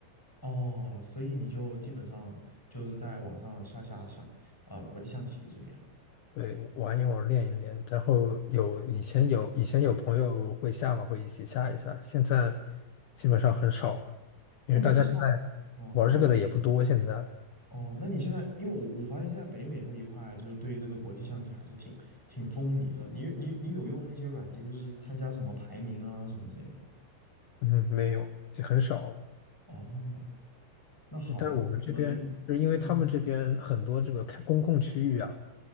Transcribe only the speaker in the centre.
哦，所以你就基本上就是在网上下下下啊、呃国际象棋这个样。
那你上，哦，
嗯，
哦，那你现在，因为我我发现现在北美这一块就是对这个国际象棋还是挺挺风靡的。你你你有用那些软件，就是参加什么排名啊什么之类的吗？
哦，那好，
那我们嗯